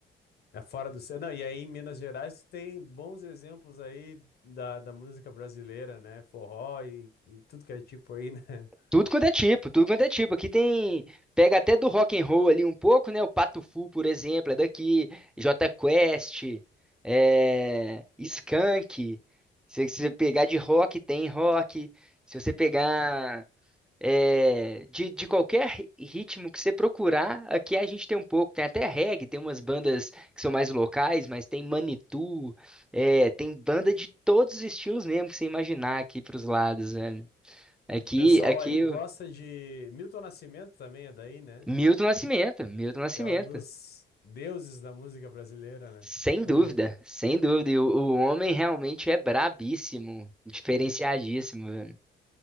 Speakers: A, on the left; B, in the centre.
A: É fora do... ce- Não, e aí em Minas Gerais tu tem bons exemplos aí da, da música brasileira, né? Forró e, e tudo que é tipo aí, né? <laughs>
B: Tudo quanto é tipo, tudo quanto é tipo. Aqui tem, pega até do rock and roll ali um pouco, né? O Pato Fu, por exemplo, é daqui, Jota Quest, é... Skank. Se se você pegar de rock, tem rock. Se você pegar é, de, de qualquer ritmo que você procurar, aqui a gente tem um pouco. Tem até reggae, tem umas bandas que são mais locais, mas tem Manitou, é, tem banda de todos os estilos mesmo que você imaginar aqui pros lados, velho. Aqui,
A: O pessoal
B: aqui.
A: aí gosta de... Milton Nascimento também é daí, né?
B: Milton Nascimento, Milton Nascimento.
A: que é um dos deuses da música brasileira, né?
B: Sem
A: <laughs>
B: dúvida, sem dúvida. E o, o homem realmente é brabíssimo, diferenciadíssimo, velho.